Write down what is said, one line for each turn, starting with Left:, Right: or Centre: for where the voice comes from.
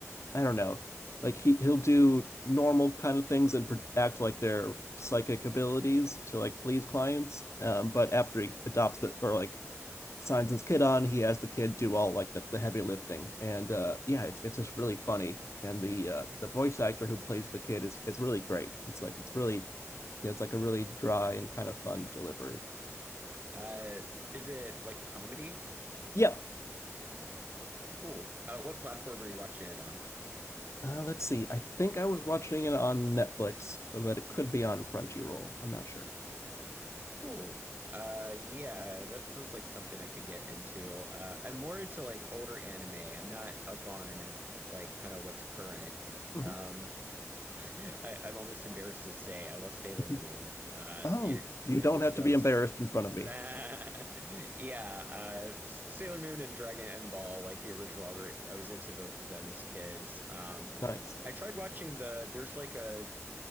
Left: I don't know. Like he he'll do normal kind of things and act like they're psychic abilities to like please clients. Um, but after he adopts the or like signs his kid on, he has the kid do all like the, the heavy lifting. And uh, yeah, it's it's just really funny. And the uh, the voice actor who plays the kid is it's really great. It's like it's really he has like a really dry and kind of fun delivery.
Right: Uh, is it like a comedy?
Left: Yep.
Right: Cool. Uh, what platform are you watching it on?
Left: Uh, let's see. I think I was watching it on Netflix, but it could be on Crunchyroll. I'm not sure.
Right: Cool. Uh, yeah, that sounds like something I could get into. Uh, I'm more into like older anime. I'm not up on like kind of what's current.
Left: Mhm.
Right: Um, I, I'm almost embarrassed to say I love Sailor
Left: <laughs>
Right: Moon. Uh,
Left: Oh,
Right: the
Left: you
Right: the
Left: don't
Right: original
Left: have to be
Right: that was,
Left: embarrassed in front
Right: <laughs>
Left: of me.
Right: yeah, uh, just Sailor Moon and Dragon Ball, like the original. I were- I was into both of them as kids. Um,
Left: Nice.
Right: I tried watching the. There's like a